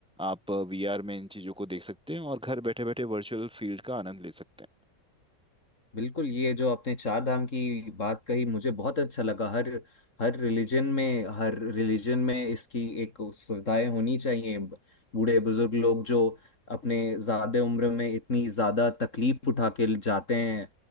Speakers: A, in the centre; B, on the left.
A: आप वीआर में इन चीज़ों को देख सकते हैं और घर बैठे बैठे वर्चुअल फील्ड का आनंद ले सकते हैं
B: बिल्कुल ये जो आपने चार धाम की बात कही मुझे बहुत अच्छा लगा हर हर रिलीजन में हर रिलीजन में इसकी एक सुविधाएं होनी चाहिए बूढ़े बुजुर्ग लोग जो अपने ज्यादा उम्र में इतनी ज्यादा तकलीफ उठा के जाते हैं